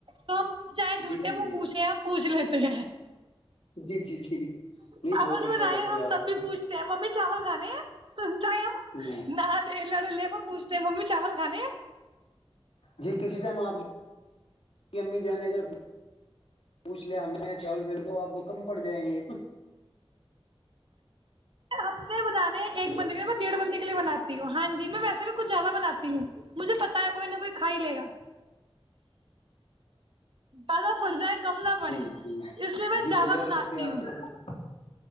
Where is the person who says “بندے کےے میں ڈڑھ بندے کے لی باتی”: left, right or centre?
Right